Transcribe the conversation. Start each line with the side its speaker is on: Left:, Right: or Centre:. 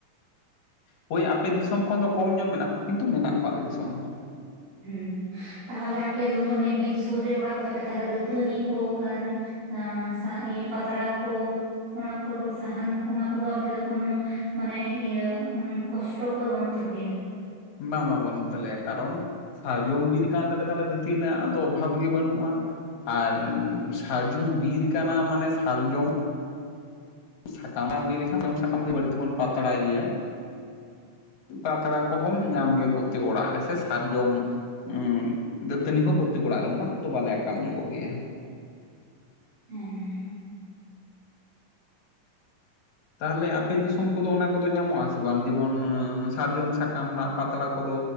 Left: ᱦᱳᱭ ᱟᱯᱮ ᱫᱤᱥᱚᱢ ᱠᱷᱚᱱ ᱫᱚ ᱠᱚᱢ ᱧᱚᱜ ᱢᱮᱱᱟᱜ ᱠᱚᱣᱟ ᱠᱤᱱᱛᱩ ᱢᱮᱱᱟᱜ ᱠᱚᱣᱟ ᱟᱞᱮ ᱫᱤᱥᱚᱢ ᱨᱮᱦᱚᱸ᱾
Right: ᱦᱩᱸ ᱛᱟᱦᱚᱞᱮ ᱟᱯᱮ ᱫᱚ ᱦᱩᱭᱩᱜ ᱚᱱᱮ ᱵᱤᱨ ᱥᱩᱨ ᱨᱮ ᱚᱲᱟᱜ ᱛᱟᱯᱮ ᱛᱟᱦᱞᱮ ᱫᱟᱹᱛᱟᱹᱱᱤ ᱠᱚ ᱟᱨ ᱟᱸ ᱥᱟ ᱤᱭᱟᱹ ᱯᱟᱛᱲᱟ ᱠᱚ ᱚᱱᱟ ᱠᱚᱫᱚ ᱥᱟᱦᱟᱱ ᱠᱚ ᱚᱱᱟ ᱠᱚᱫᱚ ᱟᱯᱮ ᱫᱚ ᱠᱳᱱᱚ ᱢᱟᱱᱮ ᱤᱭᱟᱹ ᱩᱸ ᱠᱚᱥᱴᱚ ᱠᱚᱫᱚ ᱵᱟᱹᱱᱩᱜ ᱛᱟᱯᱮᱭᱟ?
Left: ᱵᱟᱝ ᱵᱟ ᱵᱟᱹᱱᱩᱜ ᱛᱟᱞᱮᱭᱟ ᱠᱟᱨᱚᱱ ᱥᱟᱨᱡᱚᱢ ᱵᱤᱨ ᱠᱟᱱ ᱛᱟᱞᱮᱭᱟ ᱛᱟᱞᱦᱮ ᱫᱟᱹᱛᱟᱹᱱᱤ ᱨᱮᱱᱟᱜ ᱫᱚ ᱚᱵᱷᱟᱵᱽ ᱜᱮ ᱵᱟᱹᱱᱩᱜᱼᱟ᱾ ᱟᱨ ᱥᱟᱨᱡᱚᱢ ᱵᱤᱨ ᱠᱟᱱᱟ ᱢᱟᱱᱮ ᱥᱟᱨᱡᱚᱢ <inaudible> ᱞᱟᱹᱭ ᱞᱮᱠᱷᱟᱱ <inaudible> ᱵᱟᱹᱲᱛᱤ ᱵᱚᱱ ᱯᱟᱛᱲᱟᱭ ᱜᱮᱭᱟ, ᱯᱟᱛᱲᱟ ᱚᱦᱚᱢ
Right: ᱦᱮᱸ
Left: ᱧᱟᱢ ᱠᱮᱭᱟ ᱯᱨᱚᱛᱛᱮᱠ ᱚᱲᱟᱜ ᱨᱮ ᱥᱮ ᱥᱟᱨᱡᱚᱢ ᱩᱸ ᱫᱟᱹᱛᱟᱹᱱᱤ ᱦᱚᱸ ᱯᱨᱚᱛᱛᱮᱠ ᱚᱲᱟᱜ ᱨᱮ ᱚᱱᱟ ᱠᱚᱫᱚ ᱟᱠᱟᱞ ᱧᱚᱜᱚᱜ ᱜᱮᱭᱟ᱾
Right: ᱦᱮᱸ <inaudible>
Left: ᱛᱟᱦᱚᱞᱮ ᱟᱯᱮ ᱫᱤᱥᱚᱢ ᱠᱚᱫᱚ ᱚᱱᱟ ᱠᱚᱫᱚ ᱧᱟᱢᱚᱜ-ᱟ ᱥᱮ ᱵᱟᱝ ᱡᱮᱢᱚᱱ ᱮᱸ ᱥᱟᱨᱡᱚᱢ ᱥᱟᱠᱟᱢ ᱱᱟᱜ ᱯᱟᱛᱲᱟ ᱠᱚᱫᱚ?